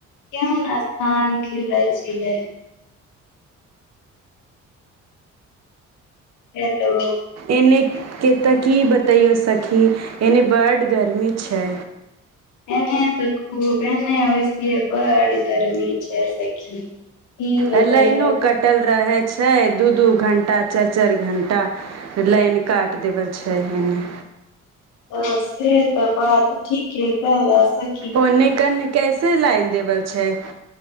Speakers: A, on the left (about 85°); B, on the right (about 60°).
A: केउन स्थान घुरे छलै। हेलो
B: एने के तऽ की बतैयो सखी एने बड गर्मी छै।
A: एने तऽ खूब एने ओहिसिये बड़ गरर्मी छै सखी। ई बतैय
B: ए लाइनो कटल रहै छै दू दू घंटा चारि चारि घण्टा। लैन काट देवल छै इने।
A: हां से तऽ बात ठीके कहला स
B: ओने कने कैसे लाइन देवा छै।